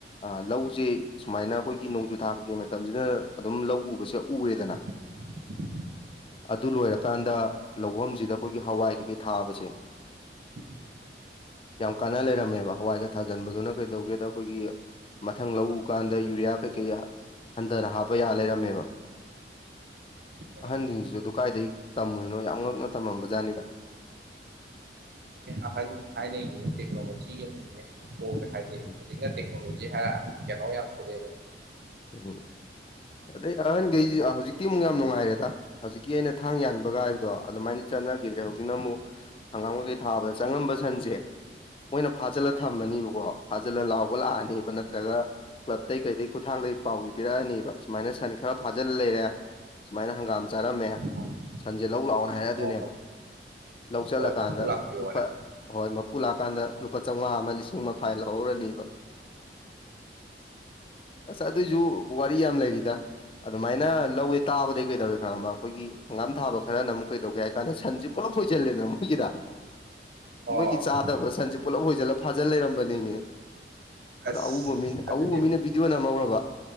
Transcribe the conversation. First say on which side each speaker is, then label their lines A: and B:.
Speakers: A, on the left (about 30°); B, on the right (about 60°).
A: ꯑ ꯂꯧꯖꯤ ꯁꯨꯃꯥꯏꯅ ꯑꯩꯈꯣꯏꯒꯤ ꯅꯣꯡꯖꯨ ꯊꯥ ꯀꯩ ꯀꯩ ꯃꯇꯝꯖꯤꯅ ꯑꯗꯨꯝ ꯂꯧ ꯎꯕꯁꯦ ꯎꯔꯦꯗꯅ
B: <inaudible>
A: ꯑꯗꯨ ꯂꯣꯏꯔꯛ ꯀꯥꯟꯗ ꯂꯧꯕꯝꯁꯤꯗ ꯑꯩꯈꯣꯏꯒꯤ ꯍꯋꯥꯏ ꯀꯩꯀꯩ ꯊꯥꯕꯁꯦ
B: ꯎꯝ
A: ꯌꯥꯝ ꯀꯥꯟꯅ ꯂꯩꯔꯝꯃꯦꯕ ꯍꯋꯥꯏꯒ ꯊꯥꯖꯟꯕꯗꯨꯅ ꯀꯩꯗꯧꯒꯦꯗ ꯑꯩꯈꯣꯏꯒꯤ ꯃꯊꯪ ꯂꯧ ꯎꯀꯥꯟꯗ ꯌꯨꯔꯤꯌꯥ ꯀꯩꯀꯩ ꯍꯟꯊꯅ ꯍꯥꯞꯄ ꯌꯥ ꯂꯩꯔꯝꯃꯦꯕ
B: ꯑꯣ
A: ꯑꯍꯟꯖꯤꯡꯁꯤꯁꯨ ꯑꯗꯨ ꯀꯥꯏꯗꯩ ꯇꯝꯃꯨꯏꯅꯣ ꯌꯥꯝ ꯉꯛꯅ ꯇꯝꯃꯝꯕ ꯖꯥꯠꯅꯤꯗ꯫
B: ꯑꯍꯟ ꯊꯥꯏꯅꯩꯒꯤꯅꯦ ꯇꯦꯛꯅꯣꯂꯣꯖꯤꯅꯤꯅꯦ <unintelligible> ꯍꯥꯏꯗꯤ
A: ꯎꯝ
B: ꯍꯧꯖꯤꯛꯅ ꯇꯦꯛꯅꯣꯂꯣꯖꯤ ꯍꯥꯏꯔ ꯀꯩꯅꯣ ꯌꯥꯝ ꯊꯣꯛꯂꯛꯑꯦꯗꯅ
A: ꯎꯝ ꯑꯗꯩ ꯑꯍꯟꯈꯩ ꯍꯧꯖꯤꯛꯇꯤ ꯑꯃꯨꯛ ꯌꯥꯝ ꯅꯨꯡꯉꯥꯏꯔꯦꯗ ꯍꯧꯖꯤꯛꯀꯤ ꯑꯩꯅ ꯊꯥꯡ ꯌꯥꯟꯕꯒ ꯍꯥꯏꯕꯗꯣ ꯑꯗꯨꯃꯥꯏꯅ ꯆꯠꯅꯈꯤꯗ꯭ꯔꯦ ꯍꯧꯖꯤꯛꯅ
B: ꯎꯝ
A: ꯑꯃꯨꯛ ꯍꯪꯒꯥꯝꯈꯩꯈꯩ ꯊꯥꯕꯗ ꯆꯪꯉꯝꯕ ꯁꯟꯁꯦ ꯃꯣꯏꯅ ꯐꯥꯖꯤꯜꯂ ꯊꯝꯃꯅꯤꯕꯀꯣ ꯐꯥꯖꯤꯜꯂ ꯂꯥꯎꯕ ꯂꯥꯛꯑꯅꯦꯕ ꯅꯠꯇ꯭ꯔꯒ ꯀ꯭ꯂꯕꯇꯩ ꯀꯩꯗꯩ ꯈꯨꯠꯊꯥꯡꯗ ꯄꯥꯎꯖꯤ ꯄꯤꯔꯛꯑꯅꯤꯕ ꯁꯨꯃꯥꯏꯅ ꯁꯟ ꯈꯔ ꯐꯥꯖꯤꯜꯂ ꯂꯩꯔꯦ ꯁꯨꯃꯥꯏꯅ ꯍꯪꯒꯥꯝ ꯆꯥꯔꯝꯃꯦ
B: ꯎꯝ
A: ꯁꯟꯁꯦ ꯂꯧ ꯂꯥꯛꯑꯣꯅ ꯍꯥꯏꯔꯛꯑꯗꯣꯏꯅꯦꯕ
B: ꯑꯣ ꯑꯣ
A: ꯂꯧ ꯆꯜꯂꯀꯥꯟꯗ
B: ꯍꯣꯏ ꯃꯄꯨ ꯂꯥꯛꯄꯤꯌꯣꯅ
A: ꯂꯨꯄꯥ ꯍꯣꯏ ꯃꯄꯨ ꯂꯥꯛꯀꯥꯟꯗ ꯂꯨꯄꯥ ꯆꯧꯉꯥ ꯑꯃ ꯂꯤꯁꯤꯡ ꯑꯃ ꯐꯥꯏꯜ ꯂꯧꯍꯧꯔꯅꯤꯕ ꯑꯁ ꯑꯗꯨꯏꯖꯨ ꯋꯥꯔꯤ ꯌꯥꯝ ꯂꯩꯔꯤꯗ꯫ ꯑꯗꯨꯃꯥꯏꯅ ꯂꯧꯋꯦ ꯇꯥꯕꯗꯒꯤ ꯀꯩꯗꯧꯋꯦ ꯈꯪꯔꯕ ꯑꯩꯈꯣꯏꯒꯤ ꯍꯪꯒꯥꯝ ꯊꯥꯕ ꯈꯔꯅ ꯑꯃꯨꯛ ꯀꯩꯗꯧꯒꯦ ꯍꯥꯏ ꯀꯥꯟꯗ ꯁꯟꯖꯤ ꯄꯨꯂꯞ ꯁꯣꯏꯁꯤꯂꯦꯅ ꯃꯣꯏꯒꯤꯗ
B: ꯑꯣ
A: ꯃꯣꯏꯒꯤ ꯆꯥꯗꯕ ꯁꯟꯖꯦ ꯄꯨꯂꯞ ꯍꯣꯏꯖꯜꯂ ꯐꯥꯖꯜ ꯂꯩꯔꯝꯕꯅꯦꯃꯤ
B: ꯑꯁ
A: ꯑꯗꯣ ꯑꯎꯕ ꯃꯤꯅ
B: ꯑꯗꯨꯗꯤ
A: ꯑꯎꯕ ꯃꯤꯅ ꯕꯤꯗꯤꯑꯣ ꯅꯝꯍꯧꯔꯕ